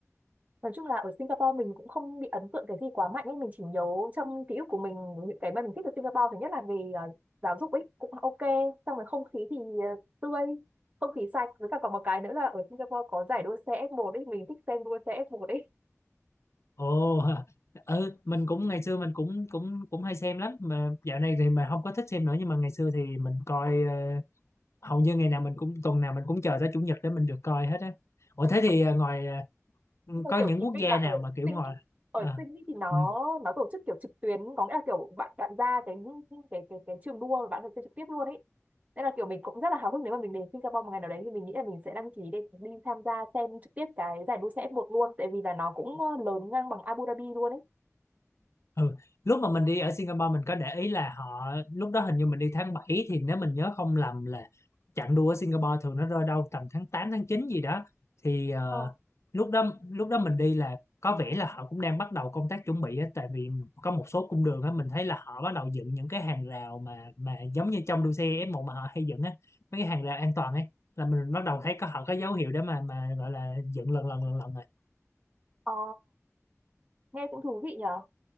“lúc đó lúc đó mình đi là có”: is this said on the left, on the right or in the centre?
Left